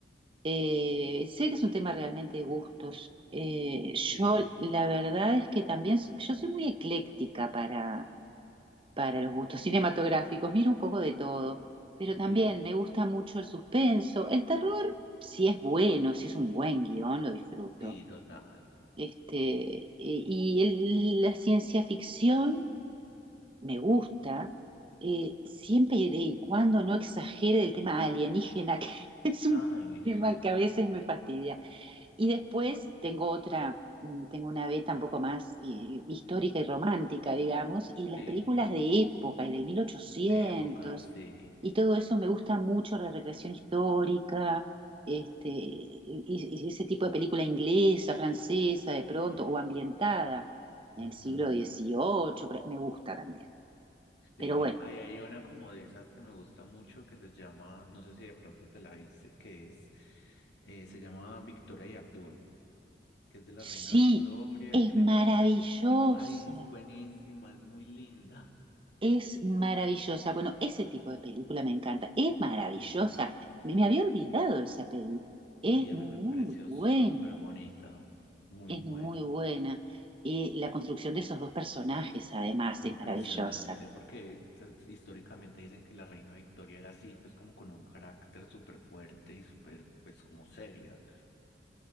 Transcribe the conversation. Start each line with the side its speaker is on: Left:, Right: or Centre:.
Right: Eh, sé que es un tema realmente de gustos. Eh, yo,
Left: sí.
Right: la verdad es que también, s- yo soy muy ecléctica para, para los gustos cinematográficos, miro un poco de todo, pero también
Left: Sí,
Right: me gusta mucho el suspenso, el terror, si es bueno, si es un buen guión, lo disfruto.
Left: sí, total.
Right: Este, eh, y el- la ciencia ficción me gusta, eh, siempre y cuando no exagere el tema alienígena, <laughs> que es un
Left: Ay,
Right: tema
Left: sí,
Right: que a veces me fastidia. Y después tengo otra, mm, tengo una beta un poco más eh, histórica y romántica, digamos, y las
Left: sí,
Right: películas de época y de 1800
Left: de época, sí.
Right: y todo eso me gusta mucho, la recreación histórica, este, y, y ese tipo de película inglesa, francesa, de pronto, o ambientada en
Left: ujú,
Right: el siglo XVIII, pre- me gusta también.
Left: sí,
Right: Pero bueno,
Left: Ahí hay una como de esas que me gusta mucho que se llama, no sé si de pronto te la viste, que es, eh, se llama Victoria y Abdul, que es de la
Right: sí,
Left: reina Victoria,
Right: es
Left: que le
Right: maravillosa.
Left: mandan, co- ay, es buenísima, es muy linda.
Right: Es maravillosa. Bueno, ese tipo de película me encanta. Es maravillosa.
Left: Sí,
Right: Me, me había olvidado de esa peli. Es
Left: uy, a
Right: muy
Left: mí me pareció
Right: buena.
Left: súper bonita, muy
Right: Es
Left: buena.
Right: muy buena. Y la construcción de esos dos personajes, además,
Left: Impresionante,
Right: es maravillosa.
Left: porque se- históricamente dicen que la reina Victoria era así, pues como con un carácter súper fuerte y súper, pues como seria.